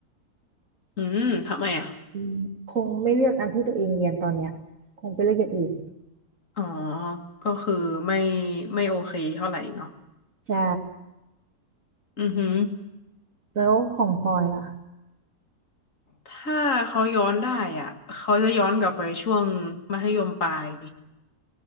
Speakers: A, on the left (about 55°); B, on the right (about 55°).
A: อืมทำไมอ่ะ
B: อืมคงไม่เลือกอันที่ตัวเองเรียนตอนเนี้ยคงไปเลือกอย่างอื่น
A: อ๋อก็คือไม่ไม่โอเคเท่าไหร่เนาะ
B: ใช่
A: อือหือ
B: แล้วของพลอยล่ะ
A: ถ้าเขาย้อนได้อ่ะเขาจะย้อนกลับไปช่วงมัธยมปลาย